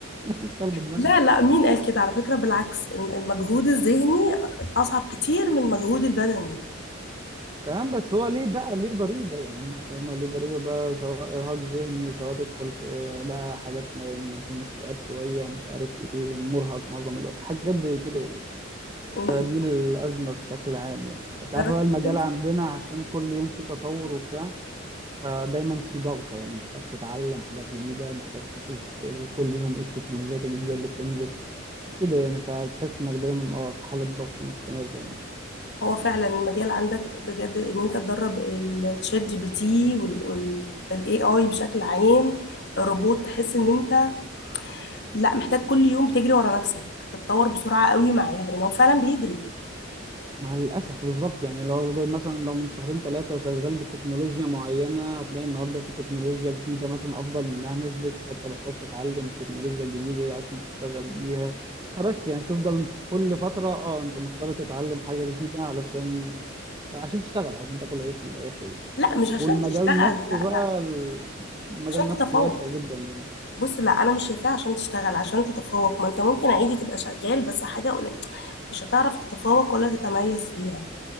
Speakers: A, on the right (about 25°); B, on the left (about 60°).
A: أشتغل بدماغنا
B: لا لا مين قال كده على فكره بالعكس الم- المجهود الذهني اصعب كتير من المجهود البدني
A: تمام بس هو ليه بقى ليه ضريبة يعني انت فاهم ليه ضريبة بقى سواء إرهاق ذهني سواء تدخل في آه، بقى حاجات مثلا اكتئاب شوية مش عارف ايه مرهق معظم الوقت حاجات زي كده يعني
B: مهم.
A: فدي الأزمة بشكل عام يعني انت
B: جربت
A: عارف بقى المجال
B: تنزل
A: عندنا عشان كل يوم في تطور وبتاع فدايما في ضغط يعني محتاج تتعلم حاجات جديدة محتاج تشوف ال- كل يوم ايه التكنولوجيات الجديدة اللي بتنزل كده يعني فتحس انك دايما اه في حالة ضغط مستمرة يعني
B: هو فعلا المجال عندك بجد ان انت تدرب الشات جي بي تي والاي اي بشكل عام الروبوت تحس ان انت لا محتاج كل يوم تجري ورا نفسك تتطور بسرعة قوي معاه لأن هو فعلا بيجري
A: مع الأسف بالظبط يعني لو مثلا لو من شهرين ثلاثة شغال بتكنولوجيا معينة هتلاقي النهاردة في تكنولوجيا جديدة مثلا أفضل منها نزلت فأنت محتاج تتعلم التكنولوجيا الجديدة عشان تشتغل بيها فبس يعني تفضل كل فترة اه أنت مضطر تتعلم حاجة جديدة علشان عشان تشتغل عشان تاكل عيش من الآخر يعني
B: لا مش عشان
A: والمجال
B: تشتغل
A: نفسه
B: لا
A: بقى
B: لا
A: المجال
B: عشان تتفوق
A: نفسه واسع جدا يعني
B: بص لا أنا مش شايفاها عشان تشتغل عشان تتفوق ما أنت ممكن عادي تبقى شغال بس حاجة قليلة مش هتعرف تتفوق ولا تتميز فيها